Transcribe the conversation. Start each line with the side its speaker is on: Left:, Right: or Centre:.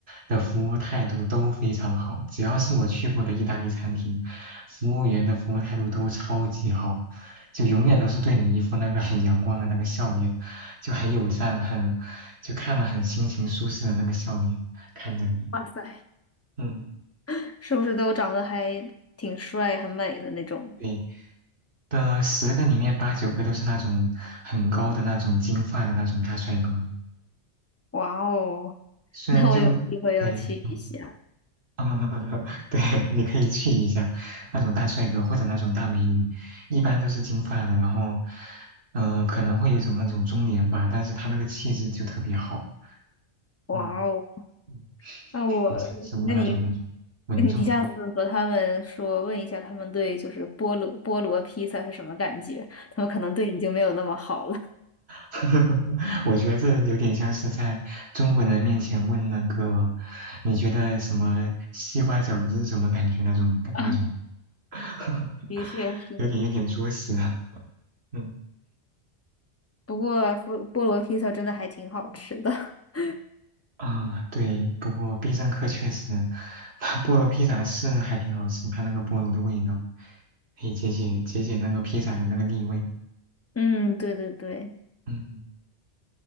Right: 的服务态度都非常好，只要是我去过的意大利餐厅，服务员的服务态度都超级好，就永远都是对你一副那个很阳光的那个笑脸，就很友善，很，就看了很心情舒适的那个笑脸看着你。
Left: 哇塞
Right: 嗯，
Left: <laughs>，是不是都长得还挺帅、很美的那种？
Right: 对，的十个里面八九个都是那种很高的那种金发的那种大帅哥，
Left: 哇哦，<laughs>
Right: 虽然就对，
Left: 那我有机会要去一下。
Right: 嗯，<laughs> 对，你可以去一下那种大帅哥或者那种大美女，一般都是金发的，然后，呃，可能会有一种那种中年吧，但是他那个气质就特别好，
Left: 哇哦，
Right: 嗯，嗯
Left: 那我，
Right: 很成熟的那种感觉，
Left: 那你，
Right: 稳重
Left: 你下次和他们说，问一下他们对就是菠萝菠萝披萨是什么感觉？他们可能对你就没有那么好了。
Right: <laughs> 我觉得这有点像是在中国人面前问那个，你觉得什么西瓜饺子是什么感觉那种那种，
Left: <laughs> 啊，
Right: <laughs>
Left: 的确是的。
Right: 有点有点作死啊。嗯
Left: 不过菠菠萝披萨真的还挺好吃的。<laughs>
Right: 啊，对，不过必胜客确实，它菠萝披萨是还挺好吃，它那个菠萝的味道可以解解解解那个披萨的那个腻味。
Left: 嗯，对对对，
Right: 嗯，